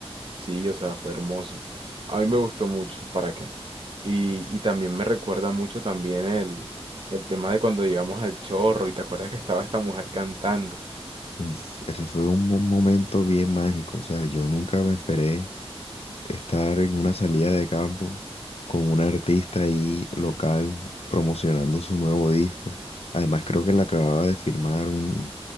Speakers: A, on the right; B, on the left.
A: Sí, o sea, fue hermoso. A mí me gustó mucho, ¿para qué? Y, y también me recuerda mucho también el, el tema de cuando llegamos al Chorro y te acuerdas que estaba esta mujer cantando.
B: Uf, eso fue un mo- momento bien mágico, o sea, yo nunca me esperé estar en una salida de campo con un artista ahí local promocionando su nuevo disco. Además, creo que le acababa de firmar un,